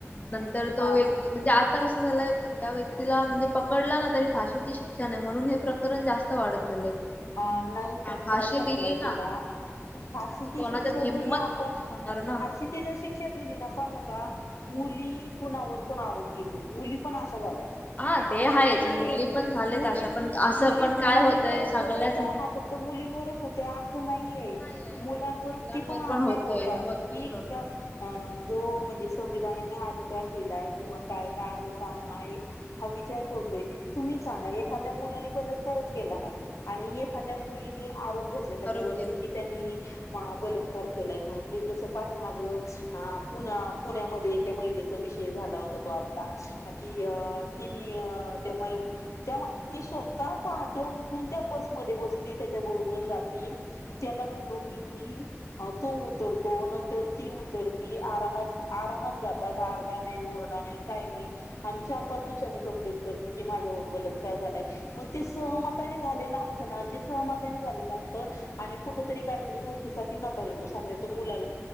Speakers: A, on the left; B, on the left.
A: नंतर तो
B: हा
A: व्यक्ती म्हणजे आता कस झालाय ज्या व्यक्तीला म्हणजे पकडला ना तरी फाशीची शिक्षा नाही म्हणून हे प्रकरण जास्त वाढत चाललंय.
B: अ नाही पण
A: फाशी
B: काय झालंय
A: दिली
B: माहिते
A: ना
B: का?
A: फाशी दिली
B: फाशीची
A: ना तर कोणाच्यात
B: शिक्षा
A: हिंमत
B: जरी आपण
A: पण नाही होणार ना.
B: फाशीची जर शिक्षा दिली ना सांगू का मुली कुणावर पण आरोप घेतील मुली पण अशा झाल्यात अस
A: हा ते आहेच
B: नाही
A: मुली
B: आहे
A: पण झालेत
B: मुलीच
A: अशा पण असं
B: मुलीच
A: पण काय
B: मुलींवर
A: होतंय सगळ्याच
B: बलात्कार बलात्कार हा फक्त मुलींवरच होतोय असं नाही नाहीये
A: नाही आहे हो
B: मुलांवरती
A: मुलांवर
B: पण अन्याय
A: होतोय
B: होतात
A: होतोय
B: की
A: होतात.
B: ह्या जो म्हणजे संविधानाने अधिकार दिलाय किंवा कायदा आहे कानून आहे हा विचार करतोय तुम्ही सांगा एखाद्या मुलांनी बलात्कार केला नाही आणि एखाद्या
A: हा
B: मुलीनी आरोप घेतला त्याच्यावरती
A: आरोप घेतला
B: कि त्यांनी बलात्कार केलाय म्हणून हे जस पाठीमाग पुन पुण्यामध्ये एका महिलेच विषय झाला होता तो आपला कि
A: हा
B: अ तिने त्या त्या ती स्वतः पहाट उठून त्या बस मध्ये बसली त्याच्याबरोबर जाते त्याला बोलवून घेतली तो उतरतो मग ती नंतर ती उतरती आरामात आरामात जातात आरडा नाही ओरडा नाही काही नाही आणिही चार पाच दिवसांनी कम्प्लेंट करते की माझ्यावर बलात्कार झालाय मग ते सहमताने झालेला सहमता झाले असत आणि कुठरी काहीतरी गोष्टीसाठी नकार येतो समजाय मुला